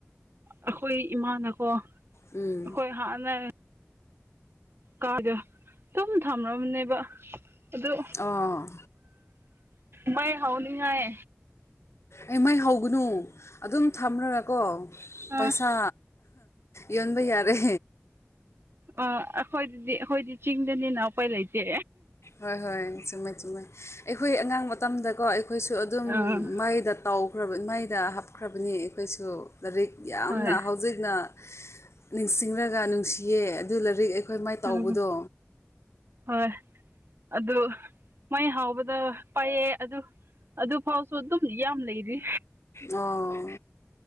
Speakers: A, on the right; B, on the left.
A: ꯑꯩꯈꯣꯏ ꯏꯃꯥꯅꯀꯣ
B: ꯎꯝ
A: ꯍꯈꯣꯏ ꯍꯥꯟ ꯅ ꯀꯗ ꯑꯗꯨꯝ ꯊꯝꯔꯕꯅꯦꯕ ꯑꯗꯨ
B: ꯑꯣ
A: ꯃꯩ ꯍꯧꯅꯤꯉꯥꯏ
B: ꯑꯦ ꯃꯩ ꯍꯧꯒꯅꯨ ꯑꯗꯨꯝ ꯊꯝꯔꯒꯀꯣ
A: ꯑꯥ
B: ꯄꯩꯁꯥ ꯌꯣꯟꯕ ꯌꯥꯔꯦ
A: ꯑ ꯑꯩꯈꯣꯏꯗꯗꯤ ꯑꯩꯈꯣꯏꯗꯤ ꯆꯤꯡꯗꯅꯤꯅ ꯎꯄꯥꯏ ꯂꯩꯇꯦ꯫
B: ꯍꯣꯏ ꯍꯣꯏ ꯆꯨꯝꯃꯦ ꯆꯨꯝꯃꯦ ꯑꯩꯈꯣꯏ ꯑꯉꯥꯡ ꯃꯇꯝꯗꯀꯣ ꯑꯩꯈꯣꯏ ꯑꯩꯈꯣꯏꯁꯨ ꯑꯗꯨꯝ
A: ꯑꯥ
B: ꯃꯩꯗ ꯇꯥꯎꯈ꯭ꯔꯕ ꯃꯩꯗ ꯍꯥꯞꯈ꯭ꯔꯕꯅꯤ ꯑꯩꯈꯣꯏꯁꯨ ꯂꯥꯏꯔꯤꯛ ꯌꯥꯝꯅ
A: ꯍꯣꯏ
B: ꯍꯧꯖꯤꯛꯅ ꯅꯤꯡꯁꯤꯡꯔꯒ ꯅꯨꯡꯁꯤꯌꯦ ꯑꯗꯨ ꯂꯥꯏꯔꯤꯛ ꯑꯩꯈꯣꯏ ꯃꯥꯏ ꯇꯥꯎꯕꯗꯣ
A: ꯎꯝ ꯍꯣꯏ ꯑꯗꯨ ꯃꯩ ꯍꯥꯎꯕꯗ ꯄꯥꯏꯑꯦ ꯑꯗꯨ ꯑꯗꯨꯐꯥꯎꯁꯨ ꯑꯗꯨꯝ ꯌꯥꯝ ꯂꯩꯔꯤ
B: ꯑꯣ